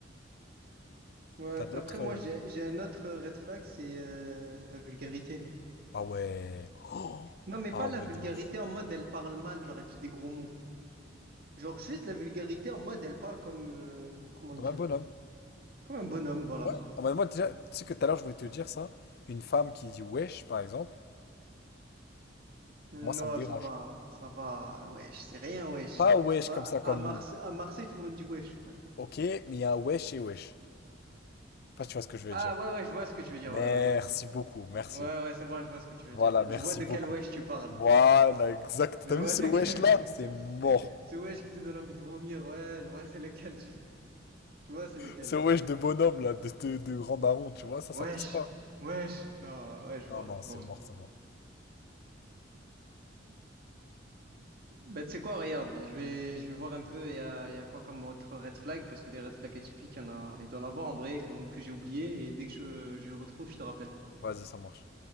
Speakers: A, on the right (about 50°); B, on the left (about 55°).
A: Ouais.
B: T'as d'autres.
A: Après, moi,
B: euh,
A: j'ai, j'ai un autre euh, red flag, c'est euh, la vulgarité.
B: Ah ouais. Oh
A: Non, mais
B: Ah
A: pas
B: ouais,
A: la vulgarité
B: de ouf.
A: en mode elle parle mal, j'aurais dit des gros mots. Genre juste la vulgarité en mode elle parle comme euh, comment
B: Comme
A: dire?
B: un bonhomme.
A: Comme un bonhomme, voilà.
B: Ouais. Ah bah, moi, déjà, tu sais que tout à l'heure, je voulais te dire ça. Une femme qui dit wesh, par exemple,
A: Non,
B: moi, ça me dérange.
A: ça va, ça va. Wesh, c'est rien, wesh.
B: Pas wesh
A: À,
B: comme ça,
A: à
B: comme
A: Marse-
B: nous.
A: à Marseille, tout le monde dit wesh, frère.
B: Ok, mais il y a un wesh et wesh. Enfin, tu vois ce que je
A: Ah
B: veux dire.
A: ouais, ouais, je vois ce que tu veux dire,
B: Merci
A: ouais, ouais.
B: beaucoup, merci.
A: Ouais, ouais, c'est bon, je vois ce que tu veux
B: Voilà,
A: dire.
B: merci
A: Je vois de
B: beaucoup.
A: quel wesh tu parles.
B: Voilà, exact.
A: Je
B: T'as
A: vois
B: vu ce
A: de
B: wesh
A: quel
B: là?
A: <laughs>
B: C'est mort.
A: ce wesh qui te donne envie de vomir, ouais, je vois c'est lequel tu... Je vois c'est lequel.
B: Ce wesh de bonhomme, là, de, de, de grand daron, tu vois, ça,
A: Wesh,
B: ça passe pas.
A: wesh. Non, ouais, je
B: Non,
A: vois,
B: non,
A: je
B: c'est
A: vois.
B: mort, c'est mort.
A: Ben, tu sais quoi, regarde, je vais, je vais voir un peu, il y a, il y a quoi comme autre red flag, parce que des red flags atypiques, il y en a, il doit en avoir en vrai, que- donc que j'ai oublié, et dès que je, je retrouve, je te rappelle.
B: Vas-y, ça marche.